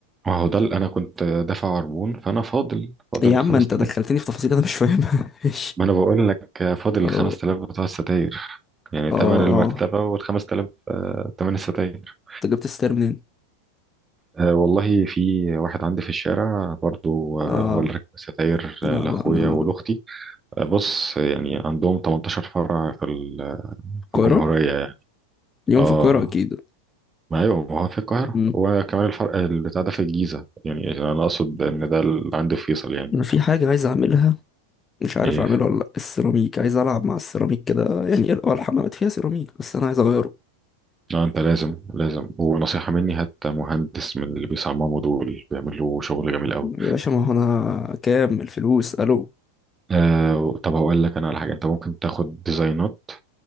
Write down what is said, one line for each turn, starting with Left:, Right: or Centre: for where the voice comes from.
Right: ما هو ده اللي انا كنت دافع عربون فانا فاضل فاضل
Left: يا عم
Right: 5000
Left: أنت دخلتني في تفاصيل أنا مش فاهمها <laughs> إيش
Right: ما انا بقول لك آه، فاضل ال
Left: أه
Right: 5000 بتوع الستاير يعني
Left: أه
Right: تمن المرتبة
Left: أه
Right: وال 5000 تمن الستاير
Left: أنت جبت الستاير منين؟
Right: أه والله في واحد عندي في الشارع برضو أه
Left: أه
Right: هو اللي ركب ستاير
Left: لا
Right: أه، لأخويا
Left: لا لا
Right: ولأختي أه بص يعني عندهم 18 فرع في ال-
Left: القاهرة
Right: في الجمهورية يعني
Left: يوم
Right: اه
Left: في القاهرة أكيد
Right: ما ايوه ما هو في القاهرة
Left: أمم.
Right: وكمان الفرع البتاع ده في الجيزة يعني أنا أقصد إن ده اللي عندي في فيصل يعني
Left: أنا في حاجة عايز أعملها مش عارف
Right: إيه
Left: اعمله ولا لأ. السيراميك عايز العب مع السيراميك كده يعني هو الحمامات فيها سيراميك بس انا عايز اغيره
Right: لا أنت لازم لازم ونصيحة مني هات مهندس من اللي بيصمموا دول بيعملوا شغل جميل قوي
Left: يا باشا ما هو انا كام الفلوس الو
Right: آه طب هقول لك أنا على حاجة أنت ممكن تاخد ديزاينات